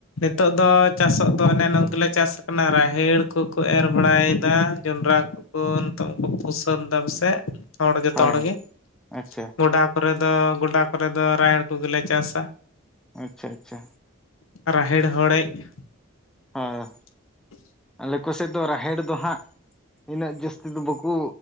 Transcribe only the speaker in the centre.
ᱦᱳᱭ
ᱦᱳᱭ
ᱟᱪᱪᱷᱟ
ᱟᱪᱪᱷᱟ ᱟᱪᱪᱷᱟ᱾
ᱦᱚᱸ᱾
ᱟᱞᱮ ᱠᱚ ᱥᱮᱫ ᱫᱚ ᱨᱟᱦᱮᱲ ᱫᱚ ᱦᱟᱸᱜ ᱩᱱᱟᱹᱜ ᱡᱟᱹᱥᱛᱤ ᱫᱚ ᱵᱟᱠᱚ